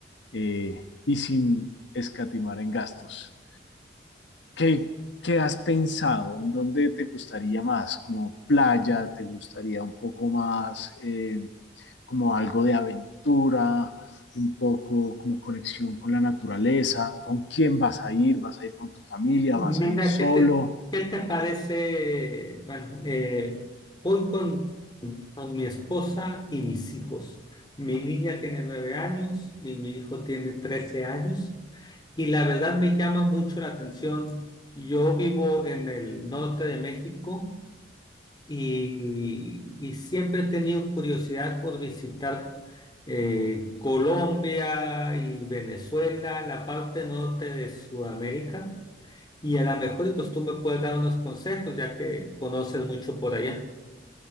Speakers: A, on the left; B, on the left.
A: eh, y sin escatimar en gastos. ¿Qué, qué has pensado? ¿En dónde te gustaría más? ¿Como playa? ¿Te gustaría un poco más eh, como algo de aventura? ¿Un poco como conexión con la naturaleza? ¿Con quién vas a ir? ¿Vas a ir con tu familia?
B: Mira,
A: ¿Vas a ir solo?
B: ¿qué te, qué te parece? Bueno, eh, voy con, con mi esposa y mis hijos. Mi niña tiene nueve años y mi hijo tiene trece años. Y la verdad me llama mucho la atención. Yo vivo en el norte de México y, y siempre he tenido curiosidad por visitar eh, Colombia y Venezuela, la parte norte de Sudamérica. Y a lo mejor y pues tú me puedes dar unos consejos, ya que conoces mucho por allá.